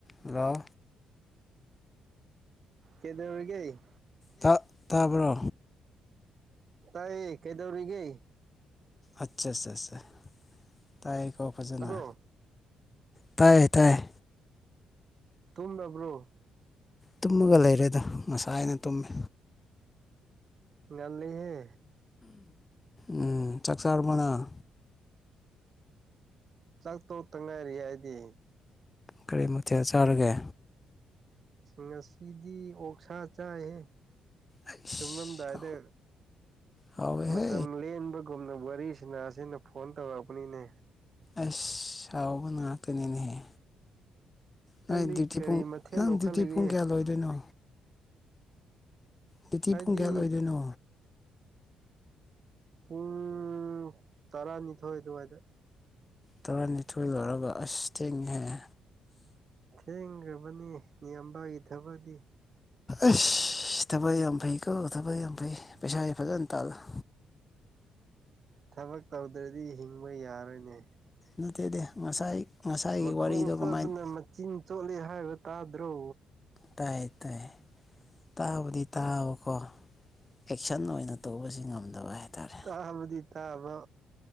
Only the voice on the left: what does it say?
hello
ꯇꯥ ꯇꯥꯕ꯭ꯔꯣ
ꯑꯠꯁꯥ ꯁꯥ ꯁꯥ ꯇꯥꯏꯌꯦꯀꯣ ꯐꯖꯅ
ꯇꯥꯏꯌꯦ ꯇꯥꯏꯌꯦ
ꯇꯨꯝꯃꯒ ꯂꯩꯔꯦꯗ ꯉꯁꯥꯏꯅ ꯇꯨꯝꯃꯦ
ꯎꯝ ꯆꯥꯛ ꯆꯥꯔꯕꯣ ꯅꯪ
ꯀꯔꯤ ꯃꯊꯦꯜ ꯆꯥꯔꯒꯦ
ꯑꯩꯁ
ꯍꯥꯎꯋꯦꯍꯦ
ꯑꯁ ꯁꯥꯎꯕ ꯉꯥꯛꯇꯅꯤꯅꯦꯍꯦ
ꯅꯣꯏ ꯗ꯭ꯌꯨꯇꯤ
ꯄꯨꯡ
ꯅꯪ
ꯗ꯭ꯌꯨꯇꯤ ꯄꯨꯡ ꯀꯌꯥ ꯂꯣꯏꯗꯣꯏꯅꯣ ꯗ꯭ꯌꯨꯇꯤ
ꯄꯨꯡ ꯀꯌꯥ ꯂꯣꯏꯗꯣꯏꯅꯣ
ꯇꯔꯥꯅꯤꯊꯣꯏ ꯂꯥꯛꯑꯒ ꯑꯁ ꯊꯦꯡꯉꯦꯍꯦ
ꯑꯁ ꯊꯕꯛ ꯌꯥꯝ ꯐꯩ ꯀꫭ ꯊꯕꯛ ꯌꯥꯝ ꯐꯩ ꯄꯩꯁꯥꯗꯤ ꯐꯖꯅ ꯇꯥꯜꯂꫭ
ꯅꯠꯇꯦꯗꯦ ꯉꯁꯥꯏ ꯉꯁꯥꯏꯒꯤ
ꯋꯥꯔꯤꯗꯣ
ꯀꯃꯥꯏꯅ
ꯇꯥꯏꯌꯦ ꯇꯥꯏꯌꯦ ꯇꯥꯕꯨꯗꯤ ꯇꯥꯕꯀꯣ ꯑꯦꯛꯁꯟ ꯑꯣꯏꯅ ꯇꯧꯕꯁꯤ ꯉꯝꯗꯕ ꯍꯥꯏꯇꯥꯔꯦ